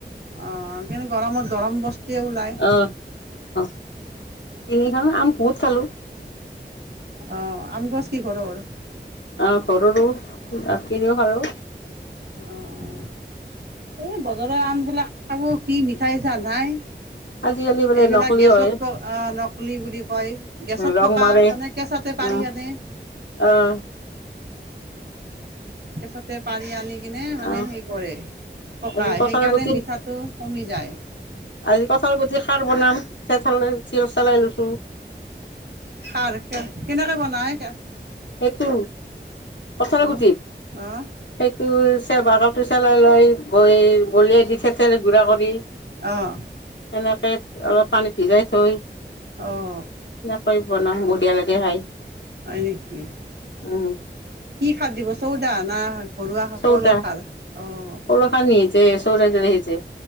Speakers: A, on the right; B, on the left.
A: আহ কিন্তু গৰমত গৰম বস্তুৱে ওলায়।
B: অ অ কিনি খাও আম বহুত খালো।
A: অ আম গছ কি ঘৰৰ?
B: আহ কৰো ত ৰাতি দি খালো।
A: অঁ এই বজাৰৰ আমবিলাক খাব কি মিঠাই চা নাই?
B: আজিকালি বোলে
A: এইবিলাক
B: নকলি
A: গেছত
B: হয়
A: প নকলি বুলি কয়, গেছত
B: ৰং
A: পকা
B: মাৰে
A: মানে কেছত তে পাৰি
B: উম
A: আনে।
B: আহ।
A: কেচাতে পাৰি আনি কিনে মানে
B: আহ
A: হেৰি কৰে পকায়,
B: আজি কঁঠালৰ
A: সেইকাৰণে
B: গুটি
A: মিঠাটো কমি যায়।
B: আজি কঁঠাল কাৰ বনাম থিঠলে <unintelligible> চিল চলাই লৈছো।
A: খাৰ কেনেকে বনাই কে
B: সেইটো কঁঠাল
A: অঁ
B: গুটি
A: অঁ
B: সেইটো ৰ বাগলটো চেলাই লৈ ব বলিয়ে দি থেতে গুড়া কৰি। <unintelligible>
A: অঁ
B: এনেক অলপ পানীত সিজাই থৈয়।
A: অহ।
B: কৈ বনাম বঢ়িয়া লাগে খাই।
A: হয় নিকি?
B: উম।
A: কি খাদ দিব চৌদা না? ঘৰুৱা সকলৰ
B: চৌটা,
A: খাৰ অঁ
B: ল খান নিছে চৌত <unintelligible>